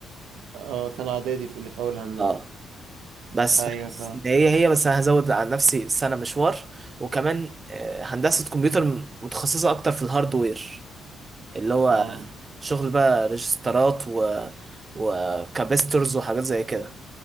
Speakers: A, on the right; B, on the right.
A: اه سنة اعدادي في اللي في اول هندسة
B: اه بس
A: ايوه
B: فحاسس
A: فاهم
B: ان هي هي بس انا هزود على نفسي سنة مشوار وكمان آه، هندسة كمبيوتر م- متخصصة اكتر في الهاردوير اللي هو
A: اه
B: شغل بقى ريجسترات و وكابسترز وحاجات زي كده